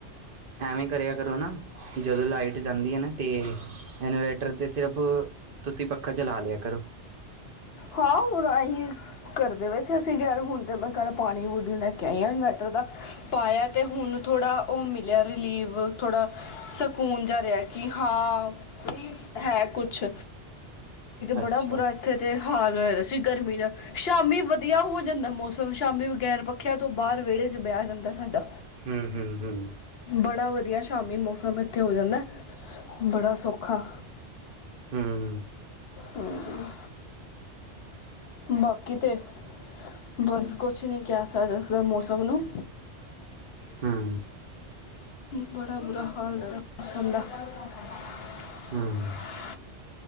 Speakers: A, on the right; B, on the left.
A: ਐਵੇਂ ਕਰਿਆ ਕਰੋ ਨਾ । ਜਦੋਂ ਲਾਈਟ ਜਾਂਦੀ ਏ ਨਾ ਤੇ ਇਨ <inaudible> ਤੇ ਸਿਰਫ ਤੁਸੀਂ ਪੱਖਾ ਚਲਾ ਲਿਆ ਕਰੋ
B: ਹਾਂ, ਹੁ ਅਹੀਂ ਕਰਦੇ ਪਏ ਅਸੀ ਯਾਰ ਹੁਣ ਤੇ ਮੈਂ ਕੱਲ ਪਾਣੀ ਦੀ ਵੋਟਲ ਲੈ ਕੇ ਆਈ ਆ ਇਨਵਰਟਰ ਦਾ ਪਾਇਆ ਤੇ ਹੁਣ ਥੋੜਾ ਉਹ ਮਿਲਿਆ ਰਿਲੀਵ ਥੋੜਾ ਸਕੂਨ ਜਿਹਾ ਰਿਹਾ ਕਿ ਹਾਂ, ਹੈ ਕੁਛ
A: ਅੱਛਾ
B: ਬੜਾ ਬੁਰਾ ਇੱਥੇ ਤੇ ਹਾਲ <inaudible> ਸੀ ਗਰਮੀ ਨਾਲ ਸ਼ਾਮੀ ਵਧੀਆ ਹੋ ਜਾਂਦਾ ਮੌਸਮ ਸ਼ਾਮੀ ਬਗੈਰ ਪੱਖਿਆਂ ਤੋਂ ਬਾਹਰ ਵਿਹੜੇ ਚ ਬੈਹ ਜਾਂਦਾ । ਸਾਡਾ,
A: ਹੂੰ ਹੂੰ ਹੂੰ
B: ਬੜਾ ਵ ਸ਼ਾਮੀ ਮੌਸਮ ਕਿੱਥੇ ਹੋ ਜਾਂਦਾ । ਬੜਾ ਸੌਖਾ
A: ਹਮ
B: ਹਮ ਬਾਕੀ ਤੇ ਬਸ ਕੁਛ ਨਹੀਂ ਕਿਹ ਸਕਦੇ <inaudible> ਮੌਸਮ ਨੂੰ
A: ਹੂੰ
B: <unintelligible>
A: ਹੂੰ